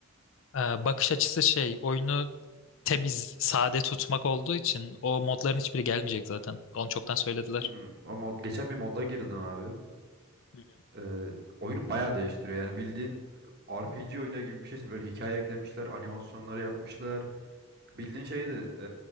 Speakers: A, on the left; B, on the right.
A: e, bakış açısı şey oyunu temiz, sade tutmak olduğu için o modların hiçbiri gelmeyecek zaten. Onu çoktan söylediler.
B: Hmm. O mod, geçen bir modda girdim abi.
A: Hı hı.
B: Ee, oyunu bayağı değiştiriyor. Yani bildiğin RPG oyunu gibi bir şeysin. Böyle hikaye eklemişler, animasyonları yapmışlar. Bildiğin şeydi, e,